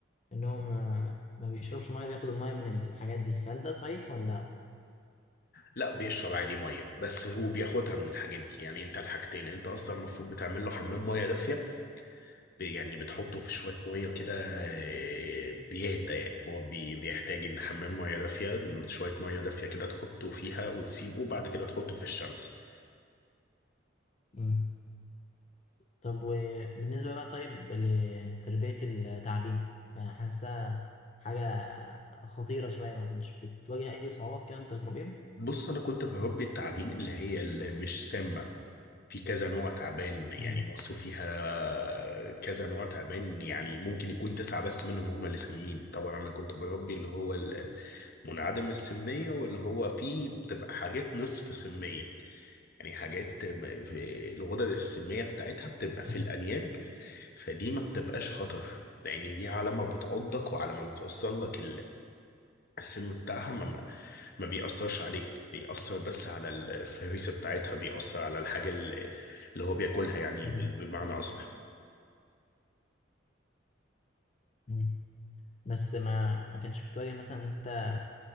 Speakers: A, on the left; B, on the left.
A: انهم آه، ما بيشربش ميه بياخدوا الميه من الحاجات دي فهل ده صحيح ولا
B: لا بيشرب عادي ميه بس هو بياخدها من الحاجات دي يعني انت الحاجتين انت اصلا المفروض بتعمل له حمام ميه دافيه ب- يعني بتحطه في شويه ميه كده آه، بيهدى يعني هو بي... بيحتاج ان حمام ميه دافيه شويه ميه دافيه كده تحطه فيها وتسيبه وبعد كده تحطه في الشمس
A: مم. طب وبالنسبة بقى طيب لتربية التعابين يعني حاسة حاجة خطيرة شوية ما كنتش بتواجه أي صعوبات كده أنت بتربيهم
B: بص انا كنت بربي التعابين اللي هي اللي مش سامه في كذا نوع تعبان يعني
A: مم.
B: مصر فيها كذا نوع تعبان يعني ممكن يكون تسعة بس منهم هم اللي سمين طبعا أنا كنت بربي اللي هو ال- منعدم السمية واللي هو فيه بتبقى حاجات نصف سمية يعني حاجات ما- في- الغدد السمية بتاعتها بتبقى
A: مم.
B: في الأنياب فدي ما بتبقاش خطر لأن دي على ما بتعضك وعلى ما بتوصل لك السم بتاعها ما ما ما بيأثرش عليك بيأثر بس على الفريسة بتاعتها بيأثر على الحاجة اللي اللي هو بياكلها يعني
A: مم.
B: بال- بمعنى أصح
A: مم. بس ما ما كانش بتواجه مثلا أنت